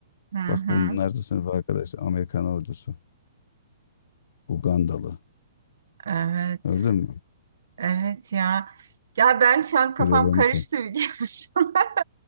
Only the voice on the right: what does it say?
Hı hı.
Evet.
Evet ya. Ya ben şu an kafam
karıştı biliyor musun? <laughs>